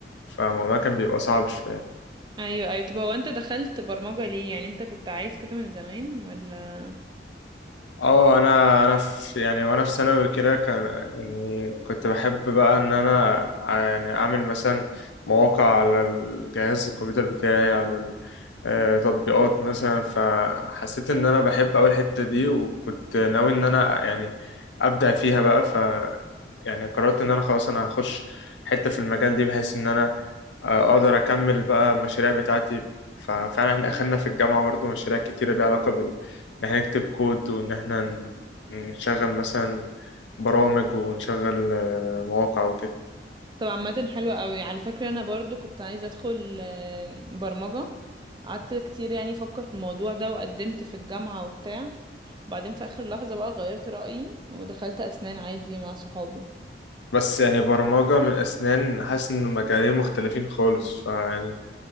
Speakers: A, on the left; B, on the right.
A: فالموضوع كان بيبقى صعب شويه
B: ايوه ايوه طب هو انت دخلت برمجه ليه يعني انت كنت عايز كده من زمان ولا
A: اه انا انا في يعني وانا في ثانوي كده كان يعني كنت بحب بقى ان انا يعني اعمل مثلا مواقع على الجهاز الكمبيوتر بتاعي على ال- آه، تطبيقات مثلا فحسيت ان انا بحب اول الحتة دي وكنت ناوي ان انا يعني ابدع فيها بقى يعني قررت ان انا خلاص انا هخش حتة في المجال دي بحيث ان انا آه، اقدر اكمل بقى المشاريع بتاعتي ففعلا احنا اخدنا في الجامعة برضو مشاريع كتيرة ليها علاقة بال ان احنا نكتب كود وان احنا ن- نشغل مثلا برامج ونشغل آه، مواقع وكده
B: طب عامة حلوة قوي على فكرة انا برضو كنت عايزة ادخل آم، برمجة قعدت كتير يعني افكر في الموضوع ده وقدمت في الجامعة وبتاع بعدين في اخر لحظة بقى غيرت رأيي ودخلت اسنان عادي مع صحابي
A: بس يعني برمجة من اسنان حاسس ان مجالين مختلفين خالص فيعني